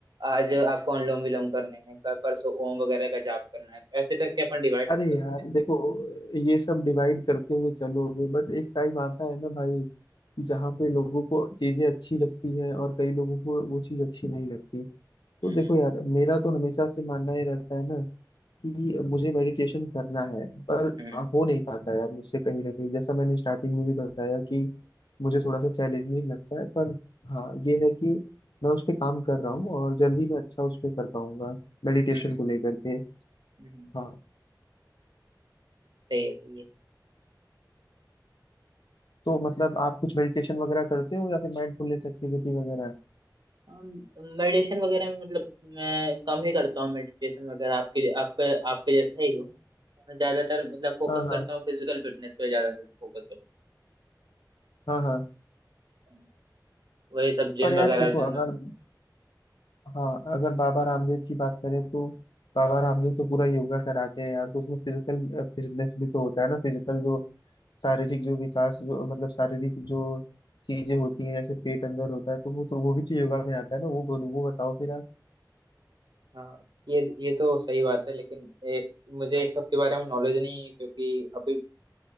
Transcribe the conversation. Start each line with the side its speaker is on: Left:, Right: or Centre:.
Right: आज आपको अनुलोम विलोम करने हैं कल परसों ओम वगैरह का जाप करना है ऐसे करके अपन डिवाइड
Left: अरे
Right: कर सकते
Left: यार
Right: हैं
Left: देखो ये सब डिवाइड करते हुए चलोगे बट एक टाइम आता है ना भाई जहाँ पे लोगों को चीजें अच्छी लगती हैं और कई लोगों को वो चीज अच्छी नहीं लगती तो
Right: हम्म
Left: देखो यार मेरा तो हमेशा से मानना ये रहता है ना कि मुझे मेडिटेशन करना है पर
Right: हम्म
Left: हो नहीं पाता यार मुझसे कहीं ना कहीं जैसा मैंने स्टार्टिंग में भी बताया कि मुझे थोड़ा सा चैलेंजिंग लगता है पर हाँ ये है कि मैं उस पर काम कर रहा हूँ और जल्दी मैं अच्छा उस पर कर पाऊंगा मेडिटेशन
Right: हम्म हम्म
Left: को लेकर के
Right: हम्म,
Left: हाँ
Right: सही है सही है
Left: तो मतलब आप कुछ मेडिटेशन वगैरह करते हो या फिर माइंडफुलनेस एक्टिविटी वगैरह
Right: मेडिटेशन वगैरह में मतलब मैं कम ही करता हूँ मेडिटेशन वगैरह आपके आपके आपके जैसा ही हूँ मैं ज्यादातर मतलब फोकस
Left: हाँ हाँ
Right: करता हूँ फिजिकल फिटनेस पे ज्यादा फोकस करता
Left: हाँ हाँ
Right: हूँ वही सब जिम
Left: पर यार
Right: वगैरह
Left: देखो
Right: जाना
Left: अगर हाँ अगर बाबा रामदेव की बात करें तो बाबा रामदेव तो पूरा योगा कराते हैं यार तो उसमें फिजिकल फिटनेस भी तो होता है ना फिजिकल जो शारीरिक जो विकास जो मतलब शारीरिक जो चीजें होती हैं जैसे पेट अंदर होता है तो वो तो वो भी तो योगा में आता है ना वो बोलो वो बताओ फिर
Right: हाँ ये ये तो सही बात है लेकिन एक मुझे इस सब के बारे में नॉलेज नहीं है क्योंकि अभी